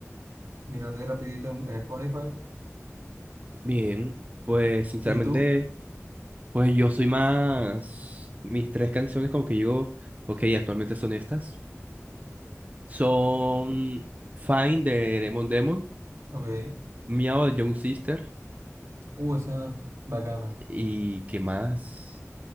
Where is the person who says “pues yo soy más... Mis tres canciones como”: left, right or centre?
Right